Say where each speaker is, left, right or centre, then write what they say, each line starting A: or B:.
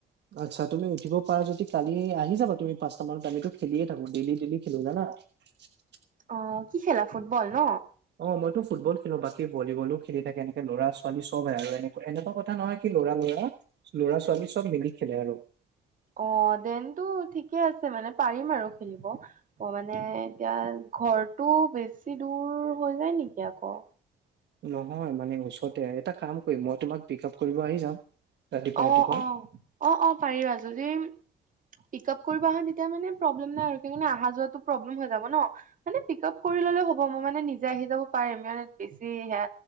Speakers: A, on the right; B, on the right.
A: আচ্ছা, তুমি উঠিব পাৰা যদি কালি আহি যাবা তুমি পাঁচটা মানত। আমি টো খেলিয়ে থাকো। ডেইলি ডেইলি খেলো, জানা? <unintelligible>
B: অ' কি খেলা ফুটবল ন?
A: অ' মইতো ফুটবল খেলোঁ, বাকী ভলীবলো খেলি থাকে এনেকে ল'ৰা-ছোৱালী চবে আৰু এনে। এনেকুৱা কথা নহয় কি ল'ৰা-ল'ৰা, ল'ৰা- ছোৱালী চব মিলি খেলে আৰু।
B: অ' দেনটো ঠিকে আছে মানে পাৰিম আৰু খেলিব। অ' মানে এতিয়া ঘৰটো বেছি দূৰ হৈ যায় নেকি আকৌ
A: নহয়, মানে ওচৰতে এটা কাম কৰিম মই তোমাক পিক আপ কৰিব আহি যাম। ৰাতিপুৱা
B: অ'
A: ৰাতিপুৱা
B: অ', অ' অ' পাৰিবা যদি পিক আপ কৰিব আহে তেতিয়া মানে প্ৰব্লেম নাই আৰু, সেইকাৰণে আহা যোৱাটো প্ৰব্লেম হৈ যাব ন। মানে পিক আপ কৰি ললেও হ'ব, মই মানে নিজে আহি যাব পাৰিম। মই মানে বেছি সেইয়া